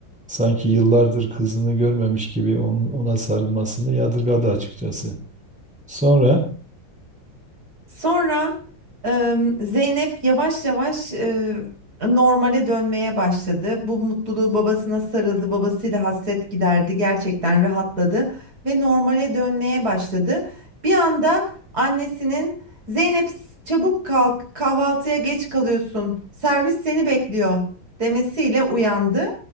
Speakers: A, in the centre; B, on the right.
A: Sanki yıllardır kızını görmemiş gibi onun, ona sarılmasını yadırgadı açıkçası. Sonra
B: Sonra em, Zeynep yavaş yavaş e, normale dönmeye başladı. Bu mutluluğu babasına sarıldı, babasıyla hasret giderdi, gerçekten rahatladı ve normale dönmeye başladı. Bir anda annesinin Zeynep çabuk kalk, kahvaltıya geç kalıyorsun, servis seni bekliyor demesiyle uyandı.